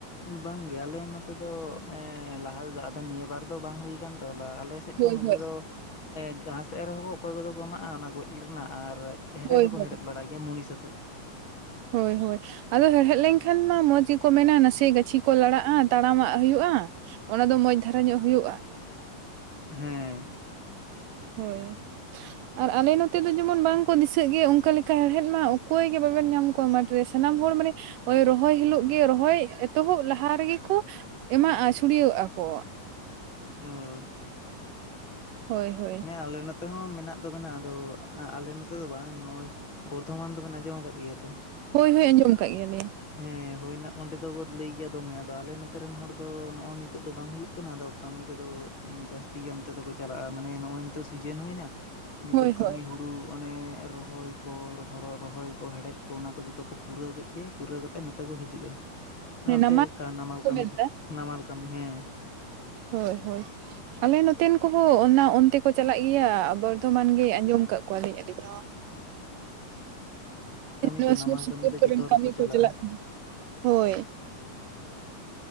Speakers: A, on the left; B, on the right.
A: ᱵᱟᱝ ᱜᱮ ᱟᱞᱮ ᱱᱚᱛᱮ ᱫᱚ ᱮᱸᱻ ᱞᱟᱦᱟ ᱛᱮᱫᱚ ᱟᱫᱚ ᱱᱤᱭᱟᱹ ᱵᱟᱨ ᱫᱚ ᱵᱟᱝ ᱦᱩᱭ ᱠᱟᱱ ᱛᱚᱞᱟ ᱟᱞᱮ ᱥᱮᱫ
B: ᱦᱳᱭ
A: ᱫᱚ ᱱᱚᱛᱮ
B: ᱦᱳᱭ
A: ᱫᱚ ᱮᱜ ᱜᱷᱟᱥ ᱮᱨ ᱦᱚᱸ ᱚᱠᱚᱭ ᱠᱚᱫᱚ ᱠᱚ ᱮᱢᱟᱜ-ᱟ ᱚᱱᱟ ᱜᱚᱡ ᱨᱮᱱᱟᱜ ᱟᱨ ᱦᱮᱲᱦᱮᱫ
B: ᱦᱳᱭ
A: ᱦᱚᱠᱚ
B: ᱦᱳᱭ
A: ᱦᱮᱲᱦᱮᱫ ᱵᱟᱲᱟᱭ᱾ ᱜᱮ ᱢᱩᱱᱤᱥ ᱟᱛᱮᱜ᱾
B: ᱦᱳᱭ ᱦᱳᱭ ᱟᱫᱚ ᱦᱮᱲᱦᱮᱫ ᱞᱮᱱᱠᱷᱟᱱ ᱢᱟ ᱢᱚᱸᱡᱽ ᱜᱮᱠᱚ ᱢᱮᱱᱟ ᱱᱟᱥᱮ ᱜᱟᱹᱪᱷᱤ ᱠᱚ ᱞᱟᱲᱟᱜ-ᱟ ᱛᱟᱲᱟᱢᱟᱜ ᱦᱩᱭᱩᱜ-ᱟ᱾ ᱚᱱᱟ ᱫᱚ ᱢᱚᱸᱡᱽ ᱫᱷᱟᱨᱟ ᱧᱚᱜ ᱦᱩᱭᱩᱜ-ᱟ᱾
A: ᱦᱮᱸᱻ
B: ᱦᱳᱭᱻ ᱟᱨ ᱟᱞᱮ ᱱᱚᱛᱮ ᱫᱚ ᱡᱮᱢᱚᱱ ᱵᱟᱝ ᱠᱚ ᱫᱤᱥᱟᱹᱜ ᱜᱮ ᱚᱱᱠᱟ ᱞᱮᱠᱟ ᱦᱮᱲᱦᱮᱫ ᱢᱟ ᱚᱠᱚᱭ ᱜᱮ ᱵᱟᱵᱮᱱ ᱧᱟᱢ ᱠᱚᱣᱟ ᱢᱟᱴ ᱨᱮ ᱥᱟᱱᱟᱢ ᱦᱚᱲ ᱢᱟᱱᱮ ᱨᱚᱦᱚᱭ ᱦᱤᱞᱳᱜ ᱜᱮ ᱨᱚᱦᱚᱭ ᱮᱛᱚᱦᱚᱵ ᱞᱟᱦᱟ ᱨᱮᱜᱮ ᱠᱚ ᱮᱢᱟᱜ-ᱟ ᱪᱷᱩᱲᱭᱟᱹᱜ-ᱟ ᱠᱚ᱾
A: ᱳᱻ
B: ᱦᱳᱭ ᱦᱳᱭ
A: ᱦᱮᱸ ᱟᱞᱮ ᱱᱚᱛᱮ ᱱᱚᱛᱮ ᱦᱚᱸ ᱢᱮᱱᱟᱜ ᱫᱚ ᱢᱮᱱᱟᱜ-ᱟ ᱟᱫᱚ ᱟᱞᱮ ᱱᱚᱛᱮ ᱫᱚ ᱵᱟᱝ ᱱᱚᱜ-ᱚᱭ ᱵᱚᱨᱫᱷᱚᱢᱟᱱ ᱫᱚᱵᱮᱱ ᱟᱸᱡᱚᱢ ᱟᱠᱟᱫ ᱜᱮᱭᱟ ᱛᱚ?
B: ᱦᱳᱭ ᱦᱳᱭ ᱟᱸᱡᱚᱢ ᱟᱠᱟᱫ ᱜᱮᱭᱟᱞᱤᱧ᱾
A: ᱦᱮᱸ ᱦᱳᱭᱱᱟ ᱚᱸᱰᱮ ᱫᱚ ᱞᱟᱹᱭ ᱜᱮᱭᱟ ᱫᱚᱢᱮ ᱟᱫᱚ ᱟᱞᱮ ᱱᱚᱛᱮ ᱨᱮᱱ ᱦᱚᱲ ᱫᱚ ᱱᱚᱜ-ᱚᱭ ᱱᱤᱛᱚᱜ ᱫᱚ ᱵᱟᱝ ᱦᱩᱭᱩᱜ ᱠᱟᱱᱟ ᱟᱫᱚ ᱠᱟᱹᱢᱤ ᱠᱚᱫᱚ ᱡᱟᱹᱥᱛᱤ ᱜᱮ ᱚᱱᱛᱮ ᱫᱚᱠᱚ ᱪᱟᱞᱟᱜ-ᱟ ᱢᱟᱱᱮ ᱱᱚᱜ-ᱚᱭ ᱱᱤᱛᱚᱜ ᱥᱤᱡᱤᱱ ᱦᱩᱭᱱᱟ, ᱱᱤᱛᱚᱜ
B: ᱦᱳᱭ
A: ᱠᱟᱹᱢᱤ
B: ᱦᱳᱭ
A: ᱦᱩᱲᱩ ᱚᱱᱮ ᱨᱚᱦᱚᱭ ᱠᱚ ᱦᱳᱲᱳ ᱨᱚᱦᱚᱭ ᱠᱚ ᱦᱮᱲᱦᱮᱫ ᱠᱚ ᱚᱱᱟ ᱠᱚ ᱡᱚᱛᱚ ᱠᱚ ᱯᱩᱨᱟᱹᱣ ᱠᱮᱫ ᱜᱮ, ᱯᱩᱨᱟᱹᱣ ᱠᱟᱛᱮᱫ ᱱᱚᱛᱮ ᱠᱚ ᱦᱤᱡᱩᱜ-ᱟ, ᱚᱱᱛᱮ
B: ᱱᱟᱢᱟᱞ
A: <inaudible> ᱱᱟᱢᱟᱞ
B: ᱠᱚ
A: ᱠᱟᱹᱢᱤ
B: ᱢᱮᱱᱫᱟ
A: ᱱᱟᱢᱟᱞ ᱠᱟᱹᱢᱤ ᱦᱮᱸ᱾
B: ᱦᱳᱭ, ᱦᱳᱭ ᱟᱞᱮ ᱱᱚᱛᱮᱱ ᱠᱚᱦᱚᱸ ᱚᱱᱟ ᱚᱱᱛᱮ ᱠᱚ ᱪᱟᱞᱟᱜ ᱜᱮᱭᱟ ᱵᱚᱨᱫᱷᱚᱢᱟᱱ ᱜᱮ ᱟᱸᱡᱚᱢ ᱠᱟᱫ ᱠᱚᱣᱟᱞᱤᱧ ᱟᱹᱞᱤᱧ ᱦᱚᱸ᱾
A: ᱦᱮᱸ ᱱᱟᱢᱟᱞ ᱠᱟᱹᱢᱤ
B: ᱱᱚᱣᱟ
A: ᱛᱚ ᱱᱟᱢᱟᱞ
B: ᱥᱩᱨ
A: ᱠᱟᱹᱢᱤ
B: ᱥᱩᱯᱩᱨ
A: ᱫᱚ ᱡᱚᱛᱚ
B: ᱠᱚᱨᱮᱱ
A: ᱦᱚᱲ
B: ᱠᱟᱹᱢᱤ
A: ᱜᱮᱠᱚ ᱪᱟᱞᱟᱜᱼᱟ
B: ᱠᱚ ᱪᱟᱞᱟᱜ ᱛᱟᱦᱮᱸᱱᱟ <inaudible> ᱦᱳᱭ᱾